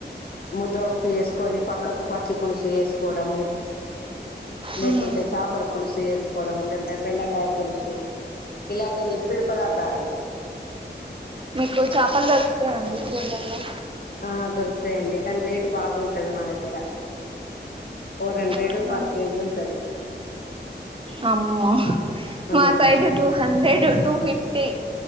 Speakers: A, on the left; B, on the right.
A: ముద్ద పప్పు చేసు ని పక్కకు పచ్చి పులుసు వేసుకోవడము లేకుంటే
B: హ్మ్
A: చేపల పులుసు చేసుకోవడం లేకుంటే బెండకాయ పులుసు ఇలాంటి లిక్విడ్ పదార్థాలు
B: మీకు చేపలు దొరుకుతాయండి ఊర్లల్లో
A: ఆ దొరుకుతాయండి కానీ రేటు బాగుంటది మా దగ్గర ఫోర్ హండ్రెడ్
B: ఆహా
A: పర్ కేజీ ఉంటది
B: అమ్మో
A: ఆ
B: మా side two hundred two fifty